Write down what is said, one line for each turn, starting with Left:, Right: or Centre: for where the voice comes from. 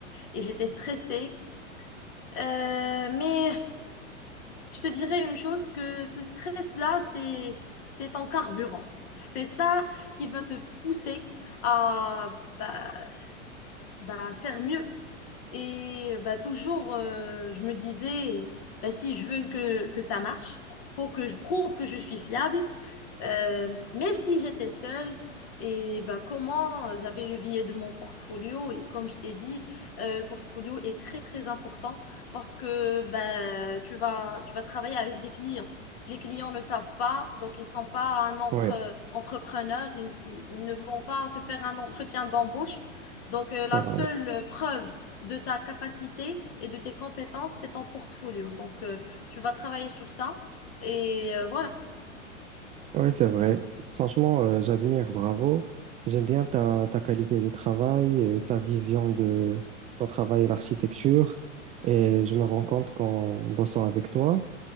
Left: et j'étais stressée. Euh, mais je te dirais une chose, que ce stress-là, c'est, c'est ton carburant. C'est ça qui va te pousser à bah, bah, faire mieux. Et bah, toujours, euh, je me disais, bah, si je veux que, que ça marche, faut que je prouve que je suis fiable, euh, même si j'étais seule, et bah, comment euh, j'avais le billet de mon portfolio, et comme je t'ai dit, euh, le portfolio est très très important parce que bah, tu vas, tu vas travailler avec des clients. Les clients ne savent pas, donc ils sont pas un entre,
Right: Ouais,
Left: entrepreneur, ils, ils- ils ne vont pas te faire un entretien d'embauche. Donc euh,
Right: c'est
Left: la
Right: vrai.
Left: seule preuve de ta capacité et de tes compétences, c'est ton portfolio. Donc euh, tu vas travailler sur ça et euh, voilà.
Right: Oui, c'est vrai. Franchement, euh, j'admire, bravo. J'aime bien ta, ta qualité de travail, et ta vision de ton travail et l'architecture. Et je me rends compte qu'en bossant avec toi,